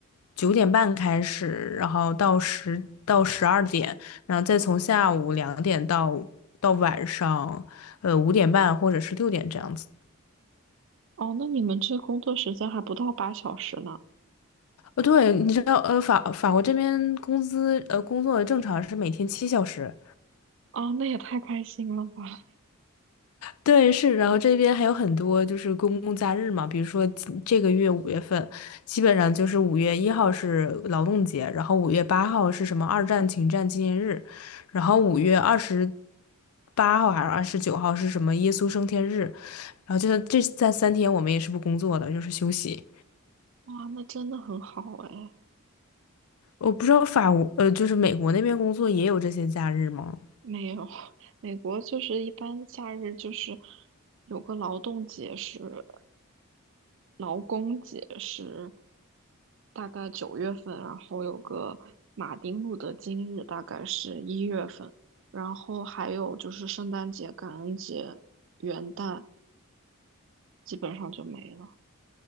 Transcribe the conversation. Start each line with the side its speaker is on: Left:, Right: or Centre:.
Left: 九点半开始，然后到十到十二点，然后再从下午两点到到晚上，呃，五点半或者是六点这样子。
Right: 哦，那你们这工作时间还不到八小时呢，
Left: 哦，对，你知道，呃，法法国这边工资，呃，工作正常是每天七小时，
Right: 啊，那也太开心了吧，
Left: 对，是，然后这边还有很多就是公共假日嘛，比如说今这个月五月份，基本上就是五月一号是劳动节，然后五月八号是什么二战停战纪念日，然后五月二十八号还是二十九号是什么耶稣升天日，然后就是这在三天我们也是不工作的，就是休息。
Right: 哇，那真的很好哎。
Left: 我不知道法国，呃，就是美国那边工作也有这些假日吗？
Right: 没有，<laughs> 美国就是一般假日就是有个劳动节是劳工节是大概九月份，然后有个马丁路德金日大概是一月份，然后还有就是圣诞节、感恩节、元旦基本上就没了。